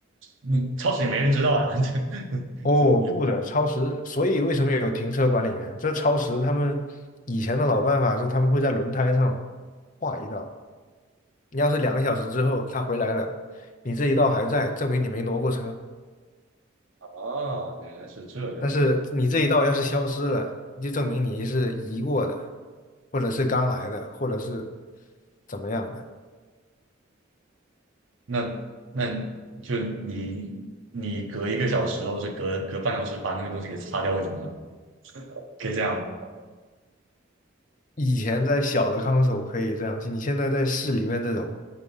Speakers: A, on the right (about 75°); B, on the left (about 40°).
A: 嗯，超时也没人知道呀。<laughs>
B: 哦，
A: 这也
B: 不的，超时，所以为什么有停车管理员？这超时他们以前的老办法是他们会在轮胎上画一道，你要是两个小时之后他回来了，你这一道还在，证明你没挪过车。
A: 哦原来是这样。
B: 但是你这一道要是消失了，就证明你是移过的，或者是刚来的，或者是怎么样的。
A: 那那就你你隔一个小时或者是隔隔半小时把那个东西给擦掉会怎么样？可以这样吗？
B: 以前在小的康所可以这样，你现在在市里面这种，